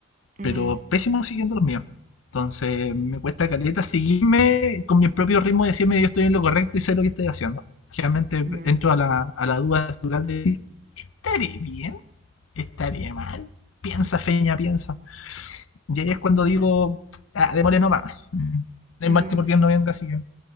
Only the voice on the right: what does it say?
Mm,
mm,
mm.